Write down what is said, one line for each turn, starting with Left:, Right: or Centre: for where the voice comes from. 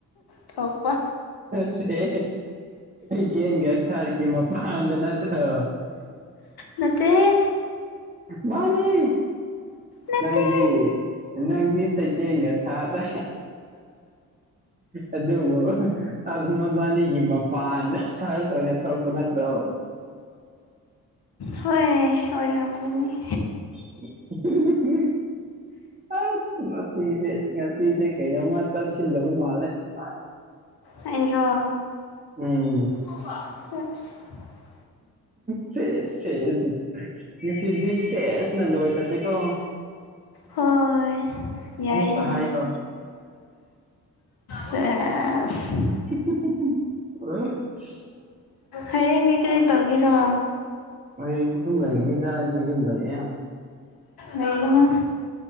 Left: ꯊꯣꯛꯄ
Right: ꯅꯠꯇ꯭ꯔꯦ ꯏꯀꯦꯟꯒꯤ ꯊꯥꯔꯤꯛꯀꯤ ꯃꯄꯥꯟꯗ ꯅꯠꯇ꯭ꯔꯣ
Left: ꯅꯠꯇꯦ ꯍꯦ
Right: ꯃꯥꯅꯤ
Left: ꯅꯠꯇꯦ
Right: ꯅꯪꯕꯤ ꯅꯪꯗꯤ ꯁꯦꯀꯦꯟꯒ ꯊꯥꯗ ꯑꯗꯨ ꯑꯗꯨ ꯄꯃꯕꯥꯅꯤꯒꯤ ꯃꯄꯥꯟꯗ ꯐꯥꯔꯁ ꯑꯣꯏꯅ ꯊꯣꯛꯂꯛꯄ ꯅꯠꯇ꯭ꯔꯣ
Left: ꯍꯣꯏ ꯑꯣꯏꯔꯝꯒꯅꯤ
Right: <unintelligible> ꯑꯁ ꯉꯁꯤꯁꯦ ꯉꯥꯁꯤꯁꯦ ꯀꯩꯅꯣꯃ ꯆꯥꯁꯤꯜꯂꯕ ꯃꯥꯜꯂꯦ ꯏꯃ
Left: ꯑꯩꯔꯣ
Right: ꯎꯝ
Left: <unintelligible>
Right: ꯁꯦꯁ ꯁꯦꯁꯅ ꯉꯁꯤꯗꯤ ꯁꯦꯁꯅ ꯂꯣꯏꯈ꯭ꯔꯁꯤꯀꯣ
Left: ꯍꯣꯏ ꯌꯥꯏꯌꯦ
Right: ꯑꯃꯨꯛꯀ ꯍꯥꯏꯅꯣ
Left: <unintelligible>
Right: <unintelligible>
Left: ꯍꯡꯡ ꯀ꯭꯭ꯔꯦ ꯇꯒꯤꯔꯣ
Right: ꯍꯩꯌꯦꯡꯁꯨ ꯑꯗꯨꯝ ꯂꯩꯈ꯭ꯔꯅꯤꯗ ꯑꯩꯗꯤ ꯑꯗꯨꯝ ꯂꯩꯌꯦ
Left: ꯂꯩꯒꯅꯣ